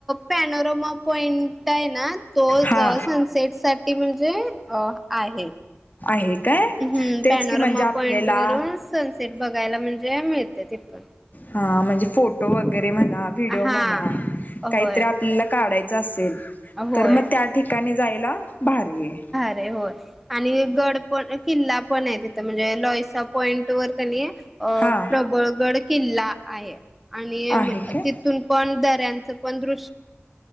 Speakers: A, in the centre; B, on the left.
A: पॅनोरोमा पॉइंट आहे ना तो
B: हा
A: अ सनसेट साठी म्हणजे अ आहे
B: हेठी काय
A: हम्म
B: तेच
A: पॅनोरमा
B: की म्हणजे आपल्याला
A: पॉइंट वरून सनसेट बघायला म्हणजे मिळते तिथून
B: हा म्हणजे फोटो वगैरे म्हणा व्हिडिओ
A: हा
B: म्हणा काहीतरी
A: होय
B: आपल्याला काढायचं असेल
A: होय
B: तर मग त्या ठिकाणी जायला बाारी ये
A: अे हो आणि गड पण किल्ला पण आहे तिथ म्हणजे लॉईसा पॉईंट वर कणी अ
B: हा
A: प्रबळगड किल्ला आहे आणि
B: आहे काय
A: तिथून पण दऱ्यांचं पण <inaudible>